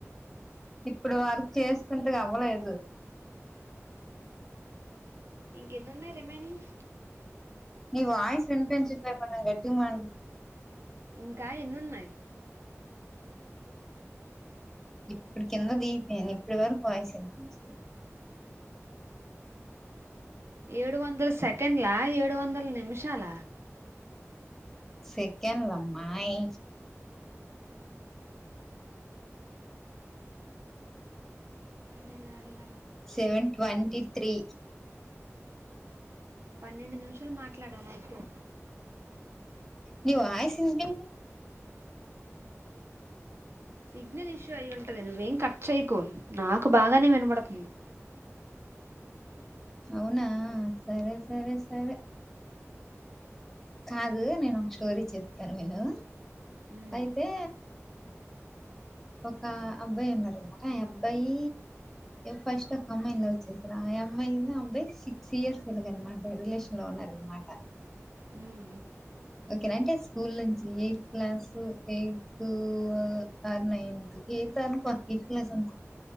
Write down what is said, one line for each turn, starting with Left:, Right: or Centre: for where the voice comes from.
Centre: ఇప్పుడు వర్క్ చేస్తుంటే అవ్వలేదు.
Right: ఇంకెంన్ని ఉన్నాయి రెమైనింగ్
Centre: ని వాయిస్ వినిపించట్లే కొంచెం గట్టిమా
Right: ఇంకా ఎన్నున్నాయి?
Centre: ఇప్పడుకింద దీ ప ఇప్పుడి వరకు వాయిస్ వినిపించలే.
Right: ఏడు వందల సెకండ్లా, ఏడు వందల నిమిషాల
Centre: సెకండ్లమ్మాయి
Right: పన్నె నాళ్ల
Centre: సెవెన్ ట్వంటి త్రీ
Right: పన్నెండు నిమిషాలు మాట్లాడాలయితే
Centre: ని వాయిస్ <inaudible>
Right: సిగ్నల్ ఇష్యూ అయింటది నువ్వేం కట్ చెయకు నా కు బాగానే వినబడుతుంది.
Centre: అవునా సరే సరే సరే కాదు నేను ఒక స్టోరీ చేప్ కన్వీను
Right: ఉమ్
Centre: అయితే ఒక అబ్బాయి ఉన్నారనమాట ఆ అబ్బాయి ఫస్ట్ ఒక అమ్మాయిని లవ్ చేసారు ఆ అమ్మాయింద ఆ అబ్బాయి సిక్స్ ఇయర్స్ ఇలాగనమాట రిలేషన్ లో ఉన్నరనమాట.
Right: ఉఊ
Centre: ఓకేనా అంటే స్కూల్ నుంచి ఎయిత్ క్లాస్, ఎయిత్, ఆ నైన్త్ ఎయిత్ అనుకో, ఎయిత్ క్లాస్ అనుకో.